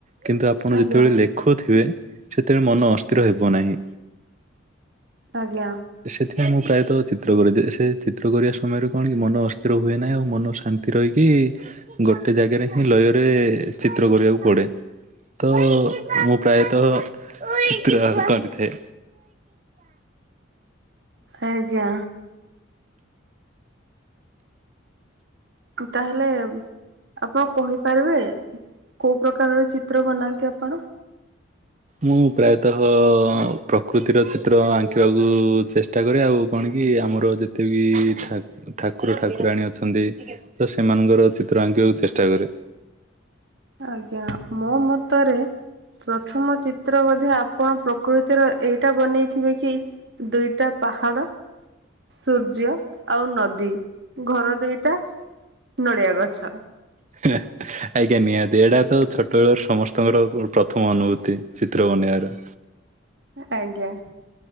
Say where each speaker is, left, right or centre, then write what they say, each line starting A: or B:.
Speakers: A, on the right; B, on the right.
A: କିନ୍ତୁ ଆପଣ
B: ଆଜ୍ଞା
A: ଯେତେବେଳେ ଲେ ଦୁଃଖ ଥିବେ ସେଥିବେଳେ ମନ ଅସ୍ଥିର ହେବ ନାହିଁ।
B: ଆଜ୍ଞା
A: ସେଥିପାଇଁ ମୁଁ ପ୍ରାୟତଃ ଚିତ୍ର କରିଦିଏ ସେ ଚିତ୍ର କରିବା ସମୟରେ କଣ କି ମନ ଅସ୍ଥିର ହୁଏ ନାହିଁ ମନ ଶାନ୍ତି ଏଥି ରହିକି ଗୋଟେ ଜାଗାରେ ହିଁ ଲୟରେ ଚିତ୍ର କରିବାକୁ ପଡେ। ତ ମୁଁ ପ୍ରାୟତଃ କାହାର କରିଥାଏ।
B: ଆଜ୍ଞା। ତାହେଲେ ଆପଣ କହିପାରିବେ କୋଉ ପ୍ରକାରର ଚିତ୍ର ବନାନ୍ତି ଆପଣ?
A: ମୁଁ ପ୍ରାୟତଃ ପ୍ରକୃତିର ଚିତ୍ର ଆଙ୍କିବାକୁ ଚେଷ୍ଟା ଚେଷ୍ଟା କରେ ଆଉ କଣ କି ଆମର ଯେତେ ବିି ଠାକୁର ଠାକୁରାଣୀ ଅଛନ୍ତି। ତ ସେମାନଙ୍କର ଚିତ୍ର ଆଙ୍କିବାକୁ ଚେଷ୍ଟା କରେ।
B: ଆଜ୍ଞା ମୋ ମତରେ ପ୍ରଥମ ଚିତ୍ର ବଧେ ଆପଣ ପ୍ରକୃତିର ଏଇଟା ବନେଇଥିବେ କି? ଦୁଇଟା ପାହାଡ ସୂର୍ଯ୍ୟ ଆଉ ନଦୀ ଘର। ଦୁଇଟା ନଡ଼ିଆ ଗଛ।
A: <unintelligible> ଆଜ୍ଞା ନିହାତି ଏଇଟା ତ ଛୋଟ ବଳର ସମସ୍ତଙ୍କର ପ୍ରଥମ ଅନୁଭୂତି ଚିତ୍ର ବନେଇବାର।
B: ଆଜ୍ଞା।